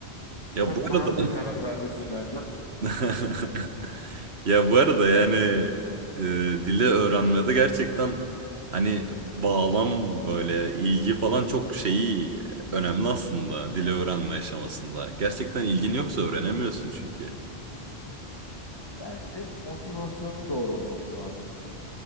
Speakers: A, on the right; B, on the left.
A: Ya
B: Çok
A: bu arada...
B: doğru bir karar vermesin bence.
A: <laughs> ya bu arada yani e, dili öğrenmede gerçekten hani bağlam böyle ilgi falan çok şeyi önemli aslında dili öğrenme aşamasında. Gerçekten ilgin yoksa öğrenemiyorsun çünkü.
B: Bence motivasyonun doğru olması lazım.